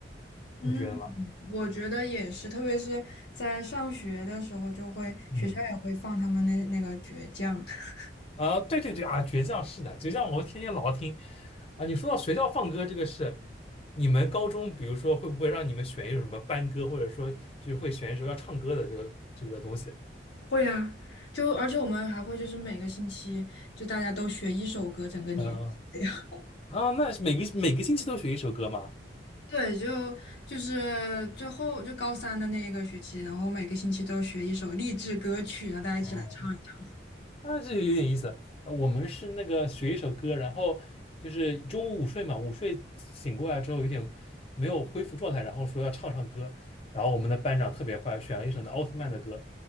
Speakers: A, on the left; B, on the left.
A: 嗯，
B: 你觉得吗？
A: 我觉得也是，特别是在上学的时候，就会学校也会放他们那那个倔强。
B: 嗯
A: <laughs>
B: 啊，对对对啊，倔强是的，倔强我天天老听啊。你说到学校放歌这个事，你们高中比如说会不会让你们选一首什么班歌，或者说就是会选一首要唱歌的这个这个东西？
A: 会啊，就而且我们还会就是每个星期就大家都学一首歌，整个年级这样。
B: 嗯，啊，那是每个每个星期都学一首歌吗？
A: <laughs> 对，就就是最后就高三的那一个学期，然后每个星期都学一首励志歌曲，然后大家一起来唱一唱。
B: 哦，
A: <laughs>
B: 那这就有点意思。呃我们是那个学一首歌，然后就是中午午睡嘛，午睡醒过来之后有点没有恢复状态，然后说要唱唱歌，然后我们的班长特别坏，选了一首那奥特曼的歌，